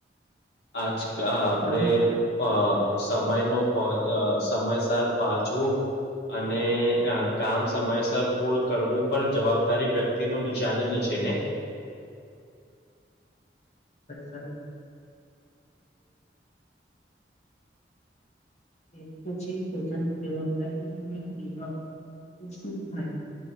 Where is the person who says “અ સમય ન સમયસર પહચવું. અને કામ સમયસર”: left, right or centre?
Left